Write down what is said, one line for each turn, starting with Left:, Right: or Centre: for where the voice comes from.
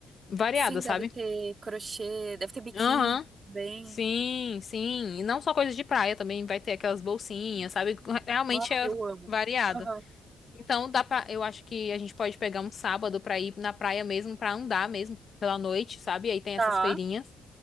Left: variadas,
Right: Sim, deve
Left: sabe?
Right: ter crochê, deve ter biquíni
Left: Aham.
Right: também.
Left: Sim, sim. E não só coisas de praia, também vai ter aquelas bolsinhas, sabe? <laughs> Realmente
Right: Ah,
Left: é
Right: eu amo.
Left: variado.
Right: Aham.
Left: Então dá pra, eu acho que a gente pode pegar um sábado pra ir na praia mesmo, pra andar mesmo pela noite, sabe? Aí tem
Right: Tá.
Left: essas feirinhas.